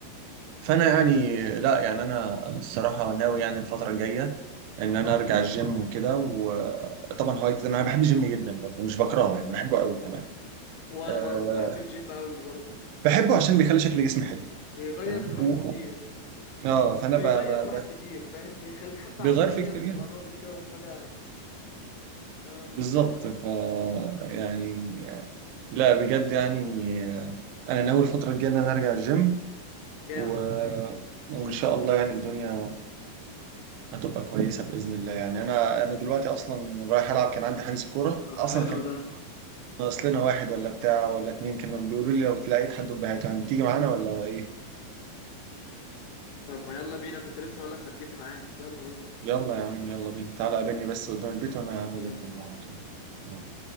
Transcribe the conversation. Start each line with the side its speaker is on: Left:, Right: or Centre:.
Right: فانا يعني لا يعني انا الصراحة ناوي يعني الفترة الجاية ان انا ارجع الجيم وكده وطبعا هوايتي انا بحب الجيم جدا برضه مش بكرهه يعني بحبه قوي كمان
Left: وانا
Right: آه،
Left: برضو بحب الجيم قوي برضو
Right: بحبه عشان بيخلي شكل جسمي حلو
Left: بيغير
Right: فاهم
Left: في الواحد
Right: و-
Left: كتير
Right: اه فانا
Left: بيغير
Right: ب... ب... ب...
Left: الواحد كتير فاهم بيخليك حتى
Right: بيغير
Left: عقلانيا
Right: فيه كتير
Left: تبقى
Right: جدا
Left: ناضج كده وحاجه اه
Right: بالظبط ف يعني لا بجد يعني انا ناوي الفتره الجايه ان انا ارجع الجيم
Left: جامد
Right: و... وان شاء الله يعني الدنيا هتبقى كويسه باذن الله يعني انا انا دلوقتي اصلا رايح العب كان عندي حجز كوره
Left: طب
Right: اصلا
Left: حلو
Right: كان
Left: ده
Right: ناقص لنا واحد ولا بتاع ولا اتنين كانوا بيقولوا لي لو تلاقيت حد بهاته يعني تيجي معانا ولا ايه
Left: طب ما يلا بينا كنت لسه هقول لك ما تجيبني معاك يلا بينا
Right: يلا يا عم يلا بينا تعالى قابلني بس قدام البيت وانا هاخدك
Left: يلا
Right: معانا
Left: بينا